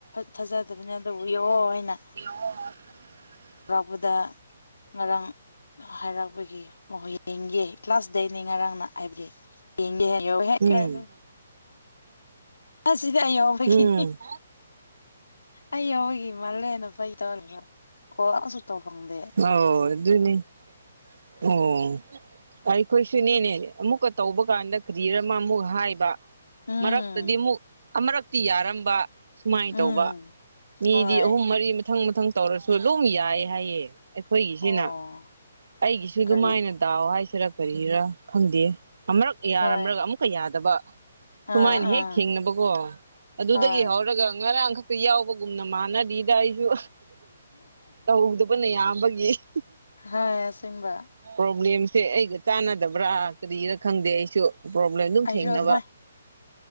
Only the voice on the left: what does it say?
ꯊꯥꯖꯗꯕꯅꯦ ꯑꯗꯨꯕꯨ ꯌꯦꯑꯣ ꯍꯥꯏꯅ
ꯌꯥꯎꯔꯛꯄꯗ ꯉꯔꯥꯡ ꯍꯥꯏꯔꯛꯄꯒꯤ ꯍꯣꯏ ꯌꯦꯡꯒꯦ ꯀ꯭ꯂꯥꯁꯗꯩꯅꯤ ꯉꯔꯥꯡꯅ ꯍꯥꯏꯕꯗꯤ <inaudible>
ꯑꯗꯨ ꯑꯁꯤꯗꯤ ꯑꯩ ꯌꯥꯎꯕꯒꯤꯅꯤ
ꯑꯩ ꯌꯥꯎꯕꯒꯤ ꯃꯥꯜꯂꯦꯅ ꯐꯥꯒꯤ ꯇꯧꯔꯒ ꯀꯣꯜꯁꯨ ꯇꯧ ꯐꯪꯗꯦ
ꯎꯝ
ꯎꯝ
ꯎꯝ
ꯍꯣꯏ
ꯑꯣ
ꯀꯔꯤ
ꯍꯣꯏ
ꯑꯥ ꯑꯥ
ꯍꯣꯏ
ꯍꯥ ꯑꯁꯦꯡꯕ
ꯑꯩꯁꯨ
ꯑꯗꯨꯃꯥꯏꯅ